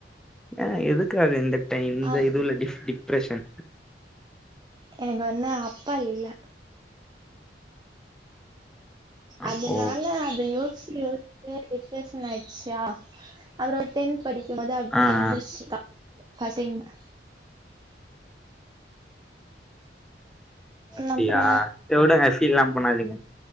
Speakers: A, in the centre; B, on the right.
A: ஆ எதுக்காக இந்த டை இந்த
B: ஆ
A: இதுல டி டிப்ரெஷன்
B: எனக்கு வந்து அப்பா இல்ல
A: அப்போ
B: அதனால அது யோ ச்சு யோச்சே டிப்ரசன் ஆயிச்சா அப்றோ டென்த் படிக்கும் போது அப்டே
A: ஆ ஆ
B: வந்துருச்சு <unintelligible>
A: அப்டியா
B: அப்றோ
A: சரி வுடுங்க ஃபீல்லா பண்ணாதீங்